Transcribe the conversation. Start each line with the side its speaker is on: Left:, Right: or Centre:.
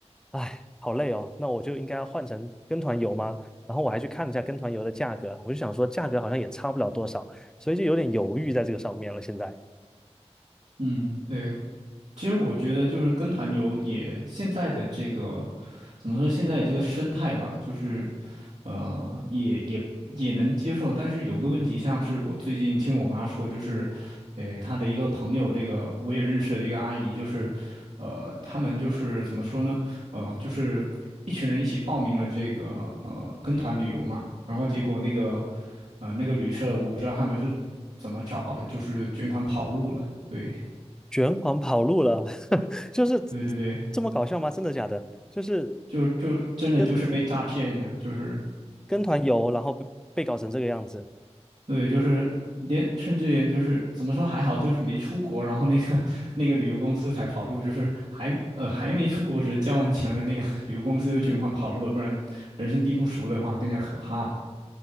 Centre: 哎，好累哦，那我就应该要换成跟团游吗？然后我还去看了一下跟团游的价格，我就想说价格好像也差不了多少，所以就有点犹豫在这个上面了，现在。
Right: 嗯，对，其实我觉得就是跟团游也现在的这个怎么说？现在这个生态吧，就是呃，也也也能接受。但是有个问题，像是我最近听我妈说，就是呃，她的一个朋友，这个我也认识的这个阿姨，就是呃，他们就是怎么说呢？呃，就是一群人一起报名了这个呃跟团旅游嘛，然后结果那个呃那个旅社，我不知道他们是怎么找的，就是卷款跑路了。对，
Centre: 卷款跑路了，<laughs> 就是
Right: 对对对。
Centre: 这么搞笑吗？真的假的？就是
Right: 就就真的就是被诈骗呀，
Centre: 跟
Right: 就是
Centre: 跟团游，然后被被搞成这个样子。
Right: 对，就是连甚至连就是怎么说还好，就是没出国，然后那个 <laughs> 那个旅游公司才跑路，就是还呃还没出国，只是交完钱了，那个 <laughs> 旅游公司就卷款跑路了，不然人生地不熟的话更加可怕吧。